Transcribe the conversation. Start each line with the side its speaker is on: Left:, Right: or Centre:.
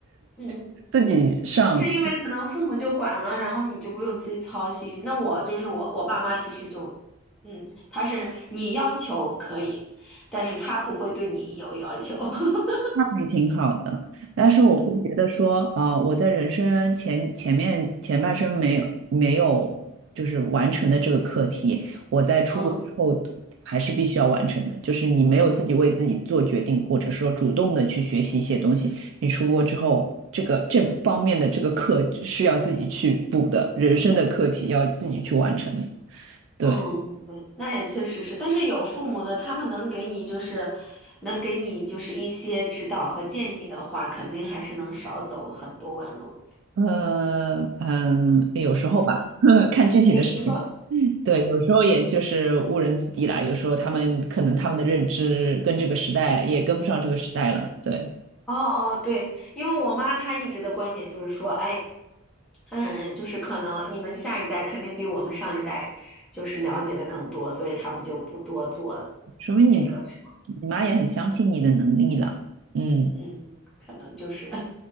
Centre: 嗯，
Right: <laughs> 自己上。
Centre: 就是因为可能父母就管了，然后你就不用自己操心。那我就是我，我爸妈其实就，嗯，他是你要求可以，但是他不会对你有要求。<laughs>
Right: 是挺好的，但是我会觉得说，啊，我在人生前前面前半生没有没有就是完成的这个课题，我在出国之后还是必须要完成的。
Centre: 嗯
Right: 就是你没有自己为自己做决定，或者说主动的去学习一些东西，你出国之后，这个这方面的这个课是要自己去补的，人生的课题要自己去完成的对，
Centre: 嗯，嗯，那也确实是，但是有父母的，他们能给你就是，能给你就是一些指导和建议的话，肯定还是能少走很多弯路。
Right: 嗯嗯，有时候吧，<laughs> 看具体的事情。
Centre: 那个时候，<laughs>
Right: 对，有时候也就是误人子弟啦。有时候他们可能他们的认知跟这个时代也跟不上这个时代了。对，
Centre: 哦哦，对，因为我妈她一直的观点就是说，哎，嗯，就是可能你们下一代肯定比我们上一代就是了解的更多，所以他们就不多做
Right: 说明你
Centre: 那个什么，
Right: 你妈也很相信你的能力啦。嗯，
Centre: 嗯，可能就是，